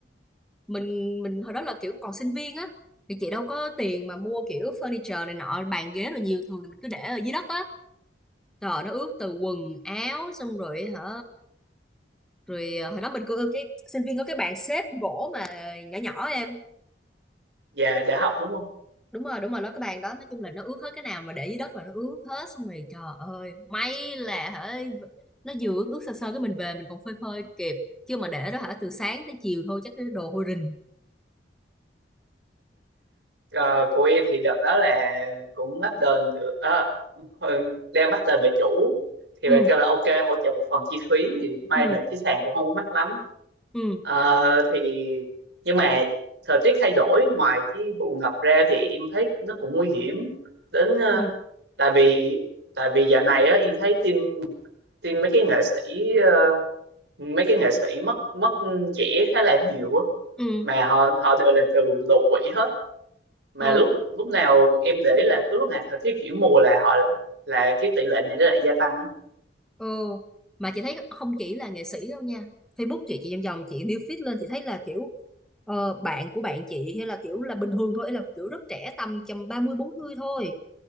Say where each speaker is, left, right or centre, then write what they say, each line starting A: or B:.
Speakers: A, in the centre; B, on the right.
A: mình mình hồi đó là kiểu còn sinh viên á thì chị đâu có tiền mà mua kiểu furniture này nọ bàn ghế rồi nhiều thường thì mình cứ để ở dưới đất á trời nó ướt từ quần áo xong rồi hả rồi ờ, hồi đó mình có cái sinh viên có cái bàn xếp gỗ mà nhỏ nhỏ em
B: và <laughs> đã học đúng không
A: đúng rồi đúng rồi nó cái bàn đó nói chung là nó ướt hết cái nào mà để dưới đất là nó ướt hết xong rồi trời ơi may là hả nó vừa ướt ướt sơ sơ cái mình về mình còn phơi phơi kịp chứ mà để đó hả từ sáng tới chiều thôi chắc cái đồ hôi rình
B: Ờ, của em thì đợt đó là cũng bắt đền được ờ, đang bắt đền bà chủ thì
A: ừ
B: bà kêu là ok hỗ trợ một phần chi phí thì may
A: ừ
B: mà cái sàn cũng không có mắc lắm
A: ừ
B: Ờ, thì nhưng mà thời tiết thay đổi ngoài cái vụ ngập ra thì em thấy nó cũng nguy hiểm đến ờ,
A: ừ ừ
B: tại vì tại vì dạo này á em thấy tin tin mấy cái nghệ sĩ ờ, mấy cái nghệ sĩ mất mất trẻ khá là nhiều á
A: ừ.
B: mà họ họ đều là từ đột quỵ hết mà
A: ờ
B: lúc lúc nào em để ý là cứ lúc nào thời tiết chuyển mùa là họ là cái tỷ lệ này nó lại gia tăng á
A: Ừ. Mà chị thấy không chỉ là nghệ sĩ đâu nha Facebook chị chị vòng vòng chị new feed lên chị thấy là kiểu ờ, bạn của bạn chị hay là kiểu là bình thường thôi là kiểu rất trẻ tầm tầm ba mươi bốn 40 thôi